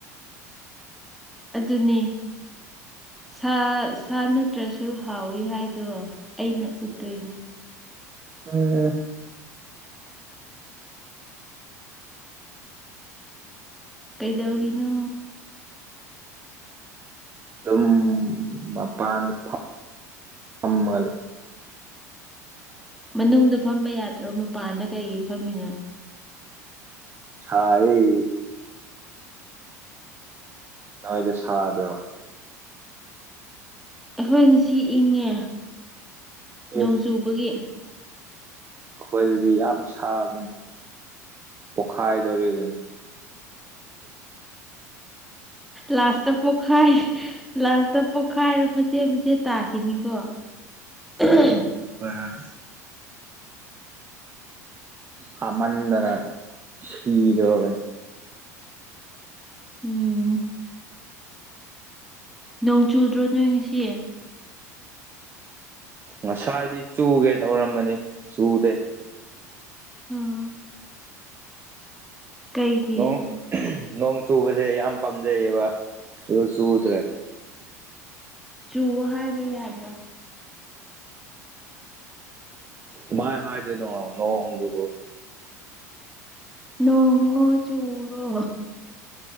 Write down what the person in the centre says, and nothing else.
ꯑꯗꯨꯅꯦ ꯁꯥ ꯁꯥ ꯅꯠꯇ꯭ꯔꯁꯨ ꯍꯥꯎꯋꯤ ꯍꯥꯏꯗꯣ ꯑꯩꯅ ꯎꯠꯇꯣꯏꯅꯦ
ꯀꯩꯗꯧꯔꯤꯅꯣ
ꯃꯅꯨꯡꯗ ꯐꯝꯕ ꯌꯥꯗ꯭ꯔꯣ ꯃꯄꯥꯟꯗ ꯀꯩꯒꯤ ꯐꯝꯃꯤꯅꯣ
ꯑꯩꯈꯣꯏ ꯉꯁꯤ ꯏꯪꯉꯦ
ꯅꯣꯡ ꯆꯨꯕꯒꯤ
ꯂꯥꯁꯇ ꯄꯣꯛꯈꯥꯏ ꯂꯥꯁꯇ ꯄꯣꯛꯈꯥꯏꯔꯛꯄ ꯃꯆꯦ ꯃꯆꯦꯠ ꯇꯥꯈꯤꯅꯤꯀꯣ ꯎꯝ
ꯎꯝ ꯅꯣꯡ ꯆꯨꯗ꯭ꯔꯣ ꯅꯣꯏ ꯉꯁꯤ
ꯎꯝ ꯀꯩꯒꯤ
ꯆꯨ ꯍꯥꯏꯕ ꯌꯥꯗ꯭ꯔꯣ
ꯅꯣꯡꯉꯣ ꯆꯨꯔꯣ